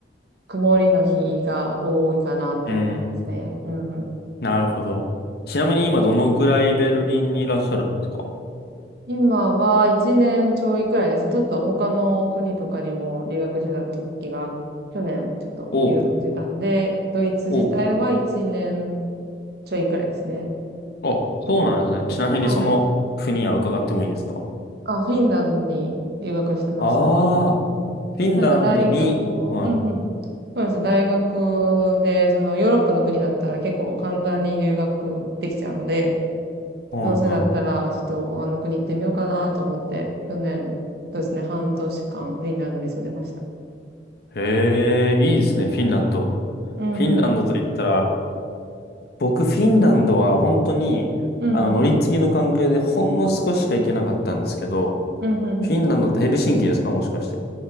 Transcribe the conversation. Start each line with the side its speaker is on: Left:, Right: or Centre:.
Right: 曇りの日が多いかなって思いますね。
Left: <laughs> うーん、
Right: うんうん。
Left: なるほど。ちなみに今どのぐらいベルリンにいらっしゃるんですか
Right: 今は1年ちょいくらいですね。ちょっと他の国とかにも留学してた時が、去年ちょっと留学してたんで、
Left: お、
Right: ドイツ自体は1年
Left: お、
Right: ちょいくらいですね。
Left: あ、そうなんですね。ちなみにその国は伺ってもいいですか
Right: はい。あ、フィンランドに留学してました。
Left: ああーフィンランドに、
Right: なんか大学を、
Left: は
Right: うんうん。そうです。大学で、そのヨーロッパの国だったら結構簡単に留学できちゃうので、
Left: い、はい、
Right: どうせだったら、
Left: は
Right: ちょっとあの国行ってみようかなと思って、去年、そうですね、半年間フィンランドに住んでました。
Left: い。へえ、いいですね、フィンランド。
Right: うんうん。
Left: フィンランドと言ったら、僕、フィンランドは本当に、
Right: うんうん。
Left: あの、乗り継ぎの関係でほんの少ししか行けなかったんですけど、
Right: うんうんうん。
Left: フィンランドってヘルシンキですかもしかして。